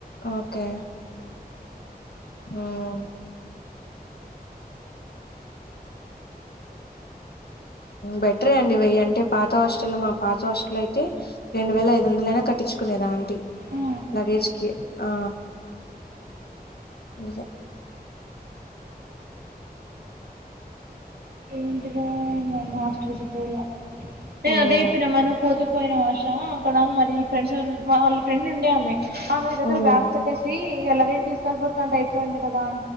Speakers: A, on the left; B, on the right.
A: ఓకే ఉమ్ బెటరే అండి వెయ్యి అంటే పాత హాస్టల్లో మా పాత హాస్టల్ అయితే రెండు వేల ఐదు వందలైనా కట్టిచుకునేది ఆంటీ
B: ఆ
A: లగేజ్ కి ఆ ఇజే
B: ఏంటిదో ఏమో మా హస్టల్ కి పోలే నే
A: ఉమ్
B: అదే చెప్పిన మరి నువ్వు పోతే పోయిన వర్షా అక్కడ మరి ఫ్రెండ్స్ వాళ్ళ ఫ్రెండ్ ఉండే ఆమె ఆ మీ దగ్గర
A: ఉమ్
B: బ్యాగ్ పెట్టేసీ ఇ లగేజ్ తీసుకెళ్లిపోతాంటె అయిపోయిండె కదా